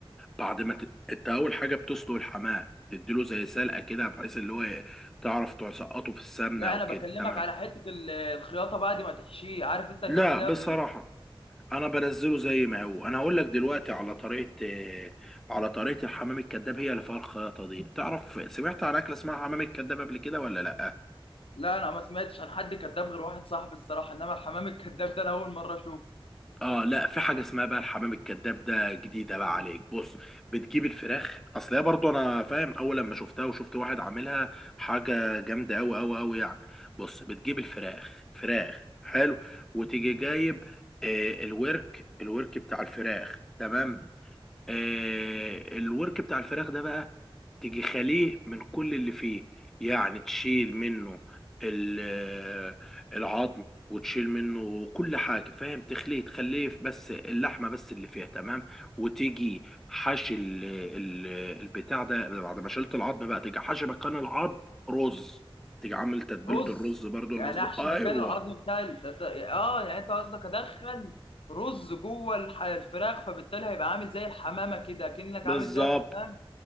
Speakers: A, in the centre; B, on the left (about 70°).
A: بعد ما ت... انت اول حاجه بتسلق الحمام تديله زي سلقه كده بحيث اللي هو ايه، تعرف تسقطه في السمنه
B: لا
A: او
B: انا
A: كده
B: بكلمك
A: تمام
B: على حته ال- الخياطه بعد ما تحشيه عارف انت الناس
A: لا
B: اللي
A: بصراحه
B: هي ب...
A: انا بنزله زي ما هو انا هقول لك دلوقتي على طريقه آه، على طريقه الحمام الكذاب هي اللي فيها الخياطه دي تعرف سمعت عن اكله اسمها حمام الكذاب قبل كده ولا لا
B: لا انا ما سمعتش عن حد كذاب غير واحد صاحبي الصراحه انما الحمام الكذاب ده انا اول مره اشوفه
A: اه لا في حاجه اسمها بقى الحمام الكذاب ده جديده بقى عليك بص بتجيب الفراخ اصل هي برضو انا فاهم اول لما شفتها وشفت واحد عاملها حاجه جامده قوي قوي قوي يعني بص بتجيب الفراخ فراخ حلو وتيجي جايب آه، الورك الورك بتاع الفراخ تمام آه، الورك بتاع الفراخ ده بقى تيجي خاليه من كل اللي فيه يعني تشيل منه ال- العظم وتشيل منه كل حاجة فاهم تخليه تخليه بس اللحمة بس اللي فيها تمام وتيجي حشي ال- ال- البتاع ده بعد ما شلت العظم بقى تيجي حشي مكان العظم رز تيجي عامل تتبيلة
B: رز
A: الرز برضو
B: يعني
A: المظبوط
B: احشي
A: ايوه
B: مكان العظم بتاع ال... ده... ده- اه يعني انت قصدك ادخل رز جوه الح... الفراخ فبالتالي هيبقى عامل زي الحمامه كده كأنك
A: بالظبط
B: عامل زي الحمام